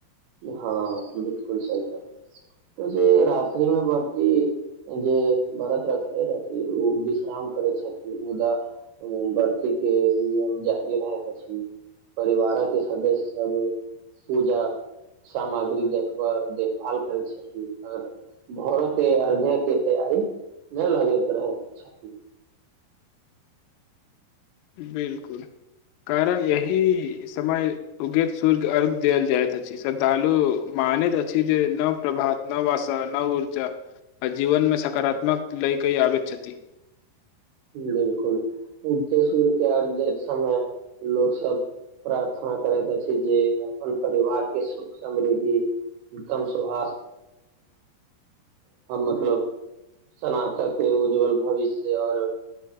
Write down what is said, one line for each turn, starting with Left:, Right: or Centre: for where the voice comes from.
Right: हँ बिलकुल सही तऽ जे रातिमे वती जे व्रत रखले रहथि ओ विश्राम करैत छथिन मुदा वर्तीीक के नियम जादी रहैत अछि परिवार के सदस्य सब पूजा। सामग्री देखबह देखभाल करै छथिन अगर भरके अर्धेके तैयारी नहि लगैत रहै छथिन। <unintelligible>
Left: बिलकुल कारण यह समय उगैत सूर्य अर्घ देल जाइत अछि श्रद्धालु मानैत अछि जे न प्रभात न वसा न ऊर्जा आ जीवनमे सकारात्मक लय कई आबैत छथि। <unintelligible>
Right: बिलकुल सूर्य के अर् समय लोक सब प्रार्थना करैत अछि जे अपन परिवार के सुख समृद्धि उत्तम सु अ मतलब सनातक उज्ज्वल भविष्य आओर। <unintelligible>